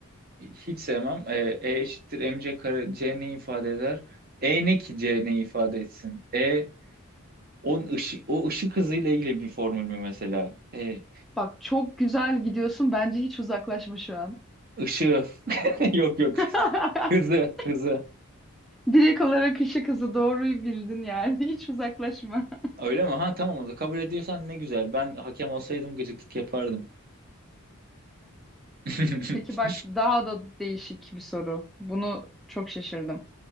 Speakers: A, on the right; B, in the centre.
A: hiç sevmem. E, E eşittir mc kare c ne ifade eder? E ne ki c ne ifade etsin? E on ışı, o ışık hızıyla ilgili bir formül mü mesela? E
B: <laughs> Bak çok güzel gidiyorsun. Bence hiç uzaklaşma şu an.
A: ışığı <laughs> yok yok.
B: <laughs>
A: Hızı hızı.
B: Direkt olarak ışık hızı doğruyu bildin yani. <laughs> Hiç uzaklaşma.
A: Öyle mi? Ha tamam o da kabul ediyorsan ne güzel. Ben hakem olsaydım gıcıklık yapardım. <laughs>
B: Peki bak daha da değişik bir soru. Bunu çok şaşırdım.